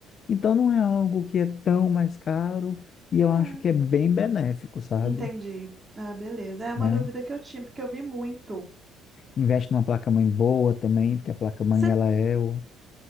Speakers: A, on the left; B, on the right.
A: Então não é algo que é tão mais caro e
B: É,
A: eu acho que é bem benéfico, sabe?
B: entendi. Ah, beleza. É uma
A: Né?
B: dúvida que eu tinha, porque eu vi muito.
A: Investe numa placa-mãe boa também, porque a placa-mãe
B: Você,
A: ela é o...